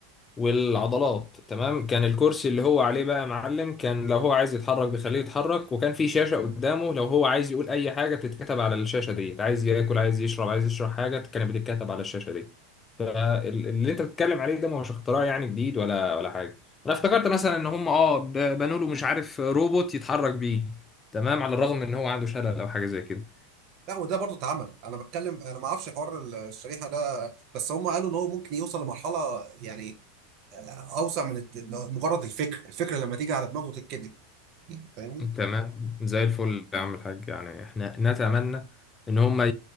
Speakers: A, on the left (about 15°); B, on the right (about 40°).
A: والعضلات تمام كان الكرسي اللي هو عليه بقى يا معلم كان لو هو عايز يتحرك بيخليه يتحرك وكان في شاشة قدامه لو هو عايز يقول أي حاجة بتتكتب على الشاشة دي عايز ياكل عايز يشرب عايز يشرب حاجة كانت بتتكتب على الشاشة دي فاللي انت بتتكلم عليه ده ما هوش اختراع يعني جديد ولا ولا حاجة انا افتكرت مثلا ان هم اه ب- بنوا له مش عارف روبوت يتحرك بيه تمام على الرغم ان هو عنده شلل او حاجة زي كده
B: لا وده برضه اتعمل انا بتكلم انا ما اعرفش حوار الشريحه ده بس هم قالوا ان هو ممكن يوصل لمرحله يعني اوسع من الت... لو- مجرد الفكر الفكره لما تيجي على دماغه تتكتب فاهمني
A: تمام زي الفل يا عم الحاج يعني احنا نتمنى ان هم ي-